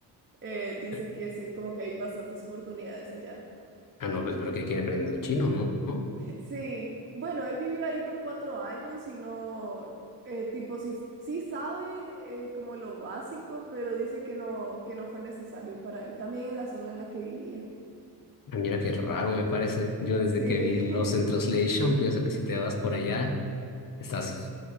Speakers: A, on the right; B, on the left.
A: eh, dice
B: Eh,
A: que sí, como que hay bastantes oportunidades allá.
B: Ah, no, pues, pero ¿qué quiere aprender chino, no? ¿No?
A: Sí, bueno, él vivió ahí por cuatro años y no, eh, tipo, sí, sí sabe eh, como lo básico, pero dice que no, que no fue necesario para él, también en la zona en la que vivía.
B: Ah, Mira qué raro me parece. Yo desde
A: Sí,
B: que vi Lost in Translation, pienso que si te vas por allá. Estás